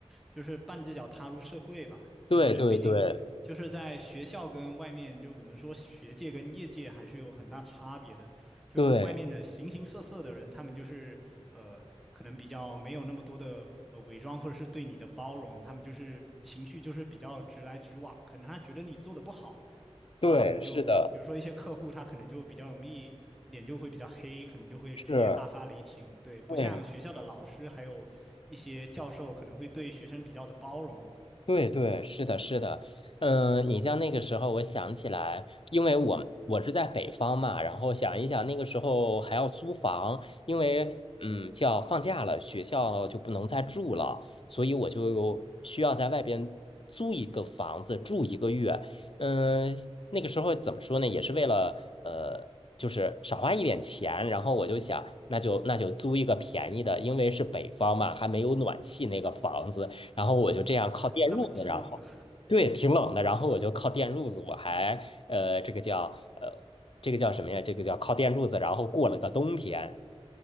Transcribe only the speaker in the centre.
就是半只脚踏入社会吧，就是毕竟就是在学校跟外面，
就是我们说学界跟业界还是有很大差别的。就外面的形形色色的人，
他们就是呃，可能比较没有那么多的呃伪装，或者是对你的包容，他们就是情绪就是比较直来直往，可能他觉得你做的不好。他可能就比如说一些客户，
他可能就比较容易脸就会比较黑，可能就会直接大发雷霆。
对，不像学校的老师，
还有一些教授可能会对学生比较的包容
啊，那不挺冷的？